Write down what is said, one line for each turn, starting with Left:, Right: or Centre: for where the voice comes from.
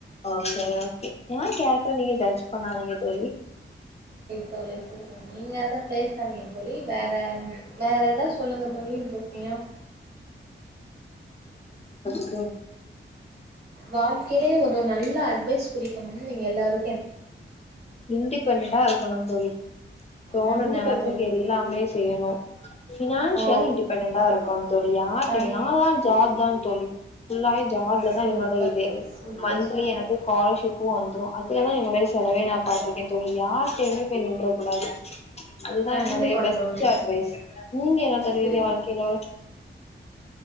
Left: ஓக்கே ஓக்கே ஏ கேரக்ர நீங்க ஜட்ஜ் பண்ணாதிங்க தோளி
Right: சொல்லி செல் நீங்க அத பேசாதீங்க தோளி வேற வேற ஏதாவது சொல்லுங்க தோளி இன்ட்ரெஸ்ட் அ பியா
Left: ஓ
Right: வாழ்க்கையிலயே ஒரு நல்ல அட்வைஸ் புடிக்கணும்னா நீங்க எல்லாரு
Left: இன்டிபெண்டன்டா இருக்கணுந் தோழி தோணுன
Right: கண்டிப்பா
Left: நேரத்துக்கு
Right: தோழி
Left: எல்லாமே செய்யணு பினான்சியல்லா
Right: ஓ
Left: இன்டிபெண்டன்டா இருக்கணுந் தோழி யாரட்டையுமே
Right: கண்
Left: நால்ல ஜாப் தா தோளி புள்ளாவே ஜாப்ல
Right: சூப்பர்
Left: தா என்னோட இதே
Right: தோழி சூப்பர்
Left: மந்த்லி
Right: சூப்பர்
Left: எனக்கு காலர்ஷிப்பூ வந்துரு அப்பரோதா எனக்கு ரெஸ் செலவயு நா பாத்திருக்கே தோழி யார்ட்டையுமே போய் நின்ற கூடாது அதுதா
Right: கண்டிப்பா
Left: என்னுடைய பெஸ்ட்
Right: தோழி
Left: அட்வைஸ் நீங்க என்ன தருவீங்க
Right: சேரி
Left: வாழ்க்கையில